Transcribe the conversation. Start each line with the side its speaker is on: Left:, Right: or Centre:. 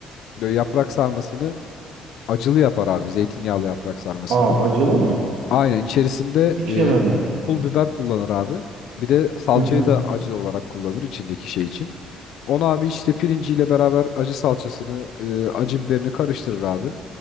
Left: Böyle yaprak sarmasını acılı yapar abi. Zeytinyağlı yaprak sarmasını.
Right: Aa acılı mı?
Left: Aynen içerisinde
Right: Hiç
Left: e,
Right: yemedim.
Left: pul biber kullanır abi. Bir de salçayı
Right: Hı hı.
Left: da acı olarak kullanır içindeki şey için. Onu abi işte pirinciyle beraber acı salçasını, e, acı biberini karıştırır abi.